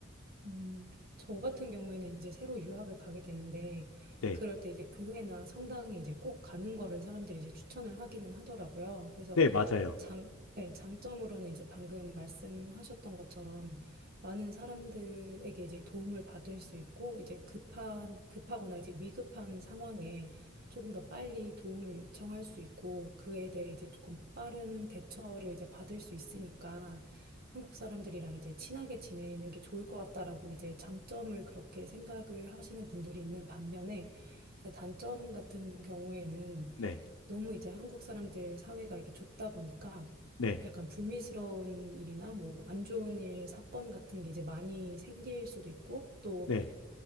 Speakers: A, on the right; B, on the left.
A: 음, 저 같은 경우에는 이제 새로 유학을 가게 되는데,
B: 네,
A: 그럴 때 이제 교회나 성당에 이제 꼭 가는 거를 사람들이 이제 추천을 하기는 하더라고요. 그래서
B: 네, 맞아요.
A: 장, 네, 장점으로는 이제 방금 말씀하셨던 것처럼 많은 사람들에게 이제 도움을 받을 수 있고, 이제 급한, 급하거나 이제 위급한 상황에 조금 더 빨리 도움을 요청할 수 있고, 그에 대해 이제 조금 빠른 대처를 이제 받을 수 있으니까, 한국 사람들이랑 이제 친하게 지내는 게 좋을 것 같다라고 이제 장점을 그렇게 생각을 하시는 분들이 있는 반면에 이제 단점 같은 경우에는
B: 네,
A: 너무 이제 한국 사람들 사회가 이렇게 좁다 보니까
B: 네,
A: 약간 불미스러운 일이나 뭐 안 좋은 일, 사건 같은 게 이제 많이 생길 수도 있고 또
B: 네,